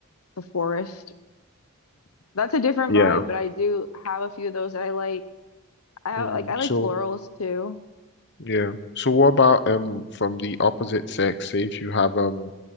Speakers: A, on the left; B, on the left.
A: the forest. That's a different
B: yeah.
A: vibe, but I do have a few of those that I like. I
B: Mm.
A: like I like
B: So
A: florals too.
B: Yeah. So what about um from the opposite sex? Say if you have um